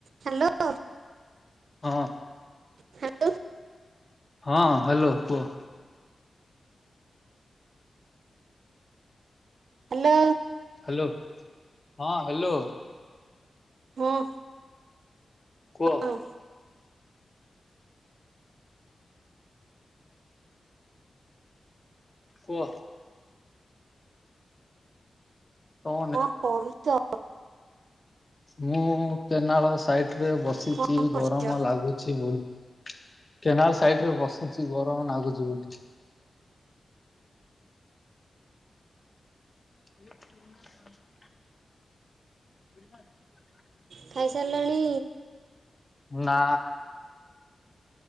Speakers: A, on the right (about 80°); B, on the left (about 35°).
A: Hello.
B: ହଁ।
A: Hello
B: ହଁ hello କୁହ।
A: ହ୍ୟାଲୋ।
B: ହ୍ୟାଲୋ ହଁ ହ୍ୟାଲୋ।
A: ହଁ।
B: କୁହ।
A: ହଁ
B: କହ। ତମ
A: କଣ କରୁଚ?
B: ମୁ କେନାଳ ସାଇଡ ରେ ବସିଚି
A: କଣ କରୁଛ?
B: ଗରମ ଲାଗୁ ଚି ବୁଲ୍ କେନାଲ ସାଇଡ ରେ ବସିଛି ଗରମ ନାଗୁଛି ବୁଲୁଚି। <unintelligible> <unintelligible>
A: ଖାଇସାରିଲଣି?
B: ନା।